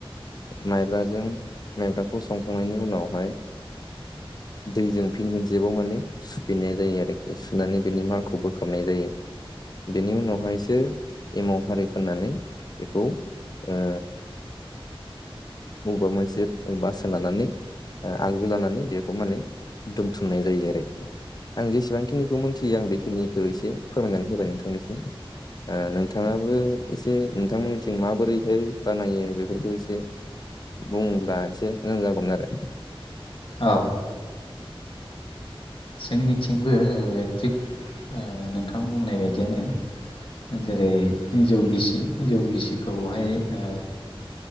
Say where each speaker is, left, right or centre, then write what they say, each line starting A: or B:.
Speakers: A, on the left; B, on the left.
A: माइब्राजों माइब्राखौ संखांनायनि उनावहाय दैजों फिन मोनसे जेबाव माने सुफैनाय जायो आरोखि सुनानै बेनि मारखौ बोखारनाय जायो बेनि उनावहायसो एमाव हारि फोननानै बेखौ ओ बबेबा मोनसे बासोन लानानै आगजु लानानै बेखौ माने दोनथुमनाय जायो आरोखि आं जेसेबांखिनि बेखौ मिथियो आं बेखिनिखौ एसे फोरमायनानै होबाय नोंथांनिसिम नोंथाङाबो एसे नोंथांमोननिथिं माबोरैहाय बानायो बेफोरखौ एसे बुंब्ला एसे मोजां जागौमोन आरो
B: औ ओ जोंनिथिंबो थिग ओ नोंथां बुंनाय बायदिनो जेरै जौ गिसि जौ गिसिखौहाय ओ